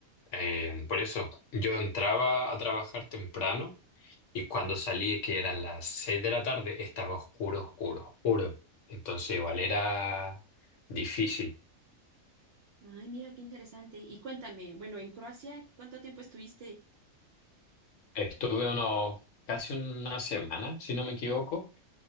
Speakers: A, on the left (about 65°); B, on the right (about 60°).
A: eh, por eso yo entraba a trabajar temprano y cuando salí, que eran las seis de la tarde, estaba oscuro, oscuro, oscuro. Entonces igual era difícil.
B: ay, mira, qué interesante. Y cuéntame, bueno, en Croacia, ¿cuánto tiempo estuviste?
A: Estuve unos casi una semana, si no me equivoco